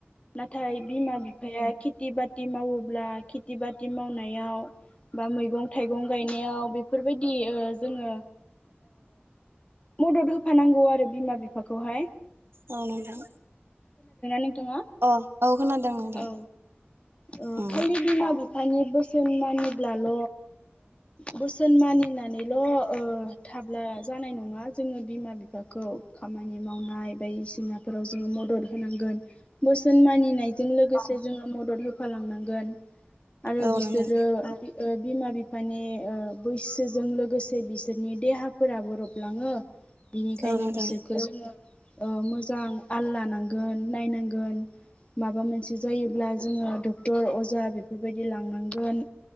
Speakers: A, on the left; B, on the right.
A: नाथाय बिमा बिफाया खेथि बाथि मावोब्ला। <inaudible> खेथि बाथि मावनायाव। बा मैगं थाइगं गायनायाव बेफोरबायदि बि जोङो। मदद होफानांगौ आरो बिमा बिफा। बेखौहाय
B: औ नोंदां
A: नोंथाङा
B: अ औ खोनादों नोंथां
A: औ ओ
B: ओम।
A: खालि बिमा बिफानि बोसोन मानि। ब्लाल' बोसोन मानिनानैल' थाब। ब्ला जानाय नङा जोङो बिमा बिफाखौ खामानि मावनाय बायदिसिनाफोराव जोङो मदद होनांगोन। बोसोन मानिनायजों लोगोसे। जोङो मदद होफा लांनां गोन आरो
B: औ
A: बिसोरो
B: नोंथां
A: <inaudible> ओ बिमा बिफानि ओ बैसोजों लोगोसे बिसोरनि देहाफोराबो रबलाङो। बिनिखायनो
B: औ नोंथां
A: बिसोरखौ जोङो <inaudible> ओ मोजां आल लानांगोन नायनांगोन माबा मोनसे जायोब्ला जोङो द तर, अजा बेफोरबायदि लांनांगोन।